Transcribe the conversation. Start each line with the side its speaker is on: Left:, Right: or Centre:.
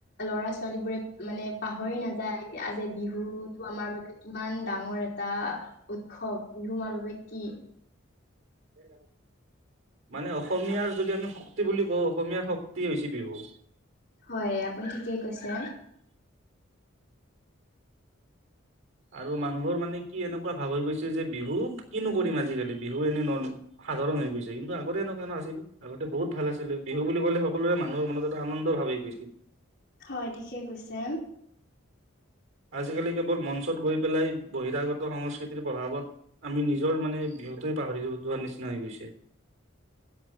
Left: ল'ৰা ছোৱালী বোৰে মানে পাহৰি নাযায় আজ বিহুতটো আমাৰ বাবে কিমান ডাঙৰ এটা উৎসৱ বিহু মানৱে কি
Right: সেই মানে অসমীয়াৰ যদি আমি শক্তি বুলি কওঁ অসমীয়াৰ শক্তি হৈছে বিহু।
Left: হয় আপুনি ঠিকেই কৈছে।
Right: আৰু মানুহৰ মানে কি এনেকুৱা ভাৱ হৈ গৈছে যে বিহু কিনো কৰিম আজিকালি বিহু এনেই নৰমেল সাধাৰণ হৈ গৈছে কিন্তু আগতে এনেকুৱা না আছিল আগতে বহুত ভাল আছিলে বিহু বুলি কলে সকলোৰে মানুহৰ মনত এটা আনন্দ ভাল। কৈ গৈছো
Left: হয় ঠিকে কৈছে
Right: আজিকালি কেৱল মঞ্চত গৈ পেলাই বহিৰাগত সংস্কৃতিৰ প্ৰভাৱত আমি নিজৰ মানে সহতে পাহৰি য যোৱাৰ নিচিনা হৈ গৈছে